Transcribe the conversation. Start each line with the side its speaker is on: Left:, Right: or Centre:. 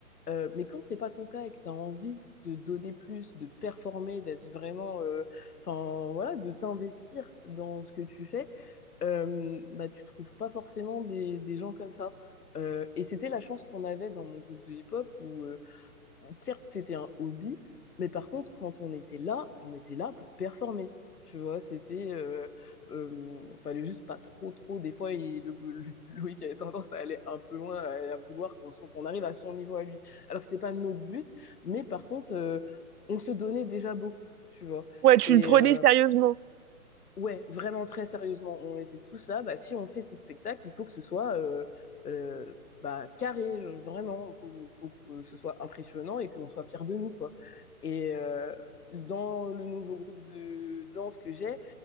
Left: Euh, mais quand c'est pas ton cas et que tu as envie de donner plus, de performer, d'être vraiment, euh, enfin voilà, de t'investir dans ce que tu fais, euh, bah tu trouves pas forcément des, des gens comme ça. Euh, et c'était la chance qu'on avait dans mon groupe de hip-hop où euh, certes, c'était un hobby, mais par contre, quand on était là, on était là pour performer. Tu vois, c'était, euh, euh, fallait juste pas trop, trop. Des fois, il, le, le- <laughs> Loïc avait tendance à aller un peu loin, à, à vouloir qu'on soit- qu'on arrive à son niveau à lui. Alors que c'était pas notre but, mais par contre, euh, on se donnait déjà beaucoup, tu vois.
Right: Ouais, tu
Left: Et,
Right: le prenais
Left: euh,
Right: sérieusement.
Left: Ouais, vraiment très sérieusement, on était tous là. Bah, si on fait ce spectacle, il faut que ce soit euh, euh, bah, carré, je- vraiment. Faut, faut que ce soit impressionnant et qu'on soit fiers de nous, quoi. Et euh, dans le nouveau groupe de danse que j'ai,